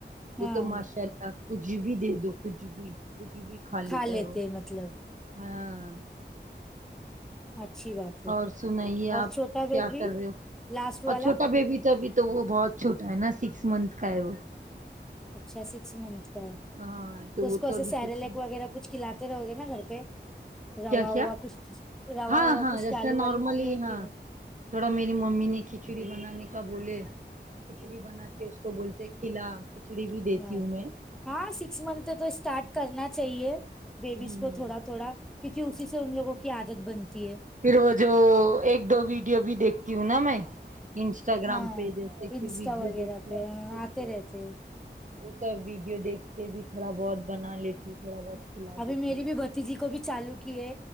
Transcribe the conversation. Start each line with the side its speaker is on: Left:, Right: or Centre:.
Right: وہ
Centre: ہاں
Right: تو ماشاء اللہ کچھ بھی دے دو کچھ بھی کچھ بھی کھا لیتا
Centre: لیتے
Right: ہے وہ
Centre: ہیں، مطلب
Right: ہاں
Centre: اچھی بات ہے
Right: اور سنائیے
Centre: اور
Right: آپ
Centre: چھوٹا
Right: کیا
Centre: بیٹ بھی
Right: کر رہے ہو
Centre: لاسٹ والا
Right: اور چھوٹا بیبی تو ابھی تو وہ بہت چھوٹا ہے نا سکس منتھ کا ہے وہ
Centre: اچھا سکس منتھ کا
Right: ہاں
Centre: تو
Right: وہ
Centre: اس کو ایسے
Right: ابھی
Centre: سیرلیکس
Right: کچھ نہیں
Centre: وغیرہ کچھ کھلاتے رہو گے نا گھر پہ روا
Right: کیا کیا
Centre: ہوا کچھ روا
Right: ہاں
Centre: ہوا
Right: ہاں
Centre: کچھ
Right: جیسے
Centre: چالو والو
Right: نارملی
Centre: کیے
Right: ہاں
Centre: کی نہیں
Right: تھوڑا میری ممی نے کھچڑی بنانے کا بولے کھچڑی بنا کے اس کو بولتے کھلا کھچڑی بھی دیتی
Centre: اچھا
Right: ہوں میں
Centre: ہاں سکس منتھ تو اسٹارٹ کرنا چاہیے ببس
Right: ہوں
Centre: کو تھوڑا تھوڑا کیونکہ اسی سے ان لوگوں کی عادت بنتی ہے
Right: پھر وہ جو ایک دو ویڈیو بھی دیکھتی ہوں نا میں انسٹاگرام
Centre: ہاں
Right: پیجز سے کہ
Centre: انسٹا
Right: ویڈیو
Centre: وغیرہ
Right: دیکھی
Centre: پہ
Right: اور
Centre: ہاں آتے
Right: پہ
Centre: رہتے ہیں۔
Right: وہ سب ویڈیو دیکھ کے بھی تھوڑا بہت بنا لیتی ہوں تھوڑا بہت کھلا
Centre: ابھی
Right: دیتی
Centre: میری
Right: ہوں
Centre: بھی بھتیجی کو بھی چالو کیے